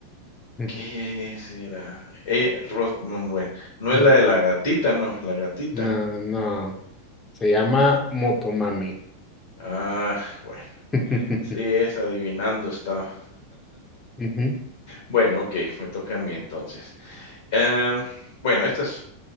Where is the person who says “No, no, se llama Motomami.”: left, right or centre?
Left